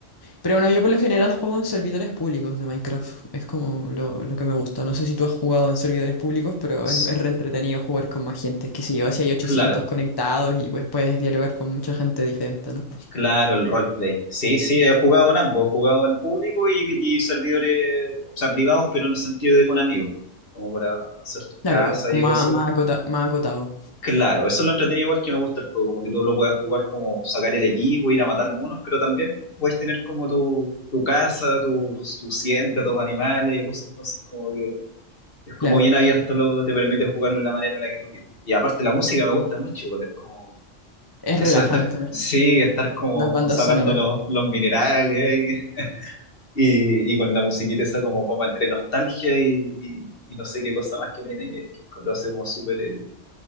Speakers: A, on the left; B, on the left.
A: Pero bueno, yo por lo general juego en servidores públicos de Minecraft. Es como lo, lo que me gusta. No sé si tú has jugado en servidores públicos, pero
B: s-
A: es, es re entretenido jugar con más gente. Es que si yo, si hay 800
B: claro,
A: conectados y pues puedes dialogar con mucha gente diferente, ¿no?
B: Claro, el roleplay. Sí, sí, he jugado en ambos, he jugado en público y, y servidores, o sea, privados, pero en el sentido de con amigos, ¿no? Como para hacer tus casas
A: Claro, con
B: y
A: más,
B: cosas.
A: más acota- más acotado.
B: Claro, eso es lo entretenido igual que me gusta el juego, como que tú lo puedes jugar como sacar el equipo, ir a matar monos, pero también puedes tener como tu, tu casa, tu, tu siembra, tus animales y cosas, entonces como que es
A: Claro,
B: como bien abierto, lo, te permite jugarlo de la manera en la que tú quieras. Y aparte la música me gusta mucho, igual es como
A: es
B: eso
A: relajante,
B: de estar,
A: ¿no?
B: sí, estar como
A: Las bandas
B: sacando
A: sonoras.
B: los, los minerales y, y, y con la musiquita esa como, como entre nostalgia y, y- y no sé qué cosa más que tiene, que, que lo hace como súper, eh,